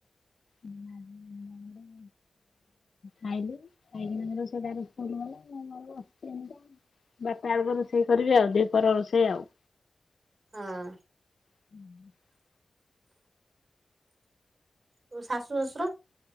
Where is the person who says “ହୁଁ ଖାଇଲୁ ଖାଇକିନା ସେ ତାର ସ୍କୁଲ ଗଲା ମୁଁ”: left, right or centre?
Left